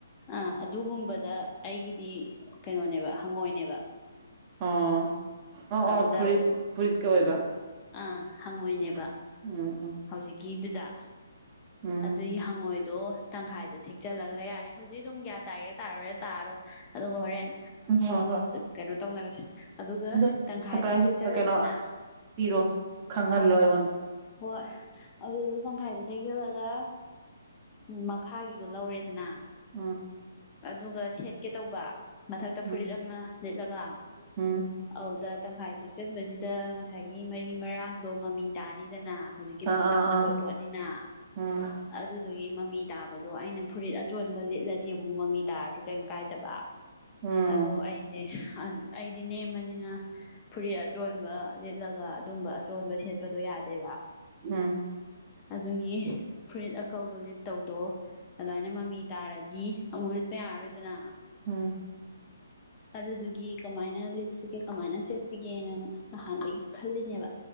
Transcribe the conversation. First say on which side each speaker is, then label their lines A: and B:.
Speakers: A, on the left (about 25°); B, on the right (about 30°).
A: ꯑꯥ ꯑꯗꯨꯒꯨꯝꯕꯗ ꯑꯩꯒꯤꯗꯤ ꯀꯩꯅꯣꯅꯦꯕ ꯍꯪꯉꯣꯏꯅꯦꯕ
B: ꯑꯣ
A: ꯑꯗꯨꯗ
B: ꯑ ꯑ ꯐꯨꯔꯤꯠ ꯐꯨꯔꯤꯠꯀ ꯑꯣꯏꯕ
A: ꯑꯥ ꯍꯪꯉꯣꯏꯅꯦꯕ
B: ꯎꯝ ꯎꯝ ꯎꯝ
A: ꯍꯧꯖꯤꯛꯀꯤꯗꯨꯗ
B: ꯎꯝ
A: ꯑꯗꯨꯒꯤ ꯍꯪꯉꯣꯏꯗꯣ ꯇꯪꯈꯥꯏꯗ ꯊꯦꯛꯆꯜꯂꯒ ꯌꯥꯔꯦ ꯍꯧꯖꯤꯛ ꯑꯗꯨꯝ ꯀ꯭ꯌꯥ ꯇꯥꯒꯦ ꯇꯥꯔꯔꯦ ꯇꯥꯔꯣ ꯑꯗꯨꯒ ꯍꯣꯔꯦꯟ
B: ꯎꯝ ꯍꯣꯏ ꯍꯣꯏ
A: ꯀꯩꯅꯣ ꯇꯧꯅꯔꯁ ꯑꯗꯨꯒ
B: ꯑꯗꯣ
A: ꯇꯪꯈꯥꯏꯗ
B: ꯁꯔꯄ꯭ꯔꯥꯏꯖ
A: ꯊꯦꯛꯆꯜꯂꯦꯗꯅ
B: ꯀꯩꯅꯣ ꯄꯤꯔꯣ ꯈꯪꯍꯜꯂꯣ
A: ꯍꯣꯏ
B: ꯑꯩꯉꯣꯟꯗ
A: ꯍꯣꯏ ꯑꯗꯨꯗꯣ ꯇꯪꯈꯥꯏꯗ ꯊꯦꯛꯖꯤꯜꯂꯒ ꯃꯈꯥꯒꯤꯗꯣ ꯂꯧꯔꯦꯗꯅ
B: ꯎꯝ
A: ꯑꯗꯨꯒ ꯁꯦꯠꯀꯦ ꯇꯧꯕ ꯃꯊꯛꯇ ꯐꯨꯔꯤꯠ
B: ꯎꯝ
A: ꯑꯃꯅ ꯂꯤꯠꯂꯒ
B: ꯎꯝ
A: ꯑꯗ ꯇꯪꯈꯥꯏ ꯊꯦꯛꯆꯟꯕꯁꯤꯗ ꯉꯁꯥꯏꯒꯤ ꯃꯔꯤ ꯃꯔꯥꯡꯗꯣ ꯃꯃꯤ ꯇꯥꯅꯤꯗꯅ ꯍꯧꯖꯤꯛ ꯗꯤ
B: ꯑꯥ
A: ꯇꯞ
B: ꯑꯥ
A: ꯅꯞꯄ
B: ꯑꯥ
A: ꯄꯣꯠꯅꯤꯅ
B: ꯎꯝ
A: ꯑꯗꯨꯗꯨꯒꯤ ꯃꯃꯤ ꯇꯥꯕꯗꯣ ꯑꯩꯅ ꯐꯨꯔꯤꯠ ꯆꯣꯟꯕ ꯂꯤꯠꯂꯗꯤ ꯑꯃꯨꯛ ꯃꯃꯤ ꯇꯥꯔꯁꯨ ꯀꯩꯝ ꯀꯥꯏꯗꯕ
B: ꯎꯝ
A: ꯑꯗꯣ ꯑ ꯦ ꯑꯩꯗꯤ ꯅꯦꯝꯕꯅꯤꯅ ꯐꯨꯔꯤꯠ ꯑꯆꯣꯟꯕ ꯂꯤꯠꯂꯒ ꯑꯗꯨꯝꯕ ꯑꯆꯣꯟꯕ ꯁꯦꯠꯄꯗꯣ ꯌꯥꯗꯦꯕ
B: ꯎꯝ
A: ꯑꯗꯨꯒꯤ ꯐꯨꯔꯤꯠ ꯑꯀꯧꯕ ꯂꯤꯠ ꯇꯧꯗꯣ ꯑꯗꯨꯃꯥꯏꯅ ꯃꯃꯤ ꯇꯥꯔꯗꯤ ꯗꯤ ꯑꯃꯨꯛ ꯂꯤꯠꯄ ꯌꯥꯔꯣꯏꯗꯅ
B: ꯎꯝ
A: ꯑꯗꯨꯗꯨꯒꯤ ꯀꯃꯥꯏꯅ ꯂꯤꯠꯁꯤꯒꯦ ꯀꯃꯥꯏꯅ ꯁꯦꯠꯁꯤꯒꯦꯅꯪ ꯅꯍꯥꯟꯩ ꯈꯜꯂꯤꯅꯦꯕ